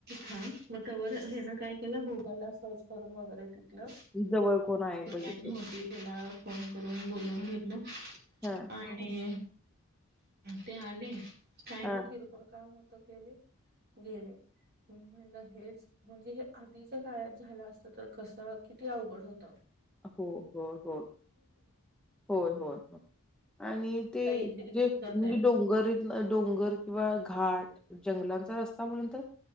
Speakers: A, on the right; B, in the centre.
A: हा मग त्या हे काय केलं गुगल ला सर्च करून वगैरे त
B: जवळ कोण आहे बघितले
A: ईंग होती त्याला फोन करून बोलवून घेतला
B: हा
A: आणि ते आले काही
B: हा.
A: नाही किरकोळ काम होत केले गेले मी म्हणलं हेच म्हणजे हे आधीच्या काळात झालं असत तर कसं किती अवघड होत
B: हो हो हो होय होय होय आणि
A: आता
B: ते
A: इझिली
B: जे
A: होऊन जातय
B: म्हणजे डोंगरत डोंगर किंवा घाट जंगलांचा रस्ता म्हंतर